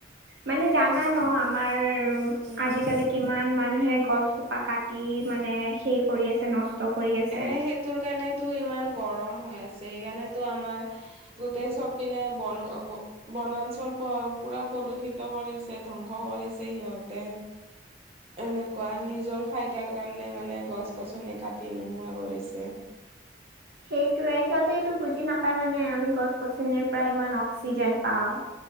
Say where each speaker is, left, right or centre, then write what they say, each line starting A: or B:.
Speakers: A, on the right (about 60°); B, on the right (about 30°).
A: মানে জানা ন আমাৰ
B: উম
A: আজিকালি কিমান মানুহে গছ কোপা কাটি মানে সেই কৰি আছে নষ্ট কৰি আছে
B: এ সেইটোৰ কাৰণেতো ইমান গৰম হৈ আছে সেইকাৰণেতো আমাৰ গোটেই চপি নে বন বনাঞ্চল প পুৰা প্ৰদূষিত কৰিছে ধ্বংস কৰিছে সিহঁতে এনেকুৱা নিজৰ ফাইদাৰ কাৰণে মানে গছ গছনি কাটি নোহোৱা কৰিছে
A: সেইটোয়ে সিহঁতে এইটো বুজি নাপায় মানে আমি গছ গছনিৰ পৰা ইমান অক্সিজেন পাওঁ